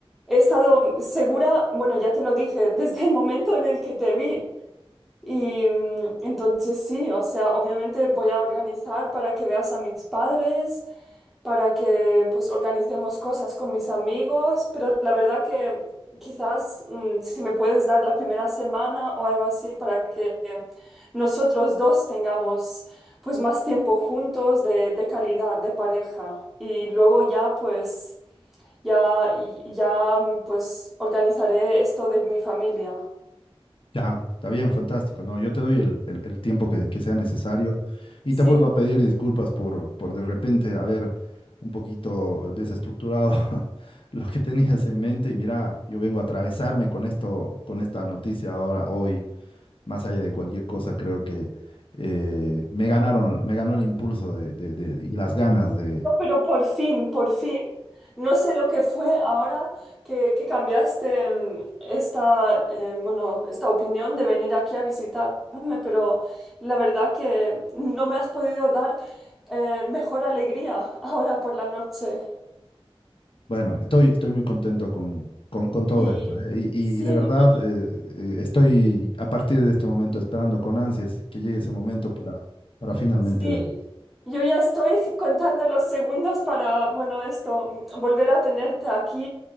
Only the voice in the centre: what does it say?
he estado segura, bueno, ya te lo dije, <laughs> desde el momento en el que te vi. Y mm, entonces sí, o sea, obviamente voy a organizar para que veas a mis padres, para que pues organicemos cosas con mis amigos, pero la verdad que quizás mm, si me puedes dar la primera semana o algo así para que nosotros dos tengamos pues más tiempo juntos de, de calidad, de pareja. Y luego ya pues ya, ya mm, pues organizaré esto de mi familia.
Sí.
No, pero por fin, por fin. No sé lo que fue ahora que, que cambiaste mm, esta, eh, bueno, esta opinión de venir aquí a visitarme, pero la verdad que no me has podido dar eh, mejor alegría <laughs> ahora por la noche.
Y
sí,
Sí,
yo ya estoy contando los segundos para, bueno, esto, mm, volver a tenerte aquí